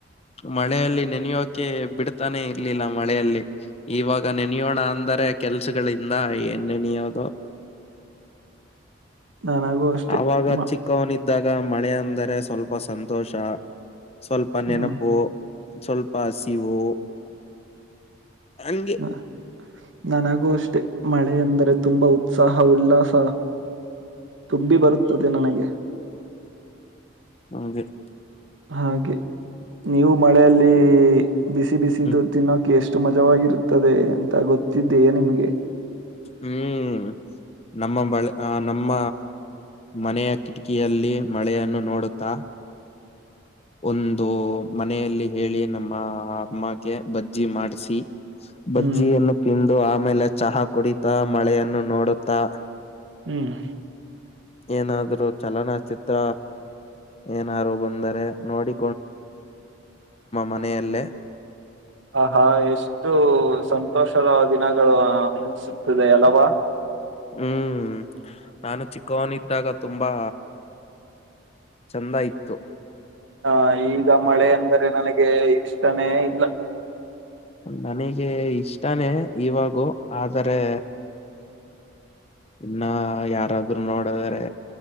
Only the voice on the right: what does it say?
ನನಗೂ ಅಷ್ಟೇ.
ಮ
ಹ್ಮ್,
ಹ ನನಗೂ ಅಷ್ಟೆ ಮಳೆ ಎಂದರೆ ತುಂಬಾ ಉತ್ಸಾಹ ಉಲ್ಲಾಸ ತುಂಬಿ ಬರುತ್ತದೆ ನನಗೆ.
ಹಾಗೆ ನೀವು ಮಳೆಯಲ್ಲಿ ಬಿಸಿ ಬಿಸಿದು
ತಿನ್ನೋಕ ಎಷ್ಟ ಮಜವಾಗಿರುತ್ತದೆ ಅಂತ ಗೊತ್ತಿದೆಯೇ ನಿಮ್ಗೆ.
ಹ್ಮ್
ಹ್ಮ್
ಆ ಹಾ ಎಷ್ಟು ಸಂತೋಷದ ದಿನಗಳು ಹ ಇ ಅಲವಾ
ಹ ಈಗ ಮಳೆ ಅಂದರೆ ನನಗೆ ಆಗುತ್ತಾನೆ ಇಲ್ಲ